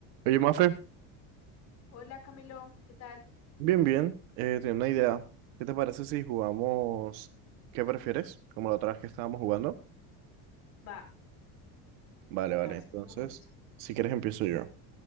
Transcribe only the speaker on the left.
Hola Camilo, ¿qué tal?
Vale.
Va,
va, ese
juego me gusta.